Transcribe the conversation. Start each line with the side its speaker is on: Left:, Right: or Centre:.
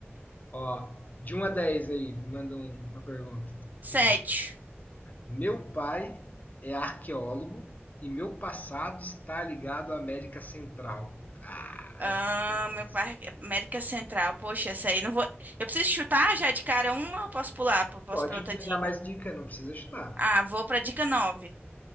Left: Ó, de um a 10 aí, manda um- uma pergunta.
Right: 7.
Left: Hum. Meu pai é arqueólogo e meu passado está ligado à América Central. Ah,
Right: Ah,
Left: essa ficou fácil.
Right: meu parque. América Central. Poxa, essa aí não vou. Eu preciso chutar já de cara uma ou posso pular? P- Posso
Left: Pode
Right: pra outra
Left: pegar
Right: dica?
Left: mais dica, não precisa chutar.
Right: Ah, vou pra dica 9.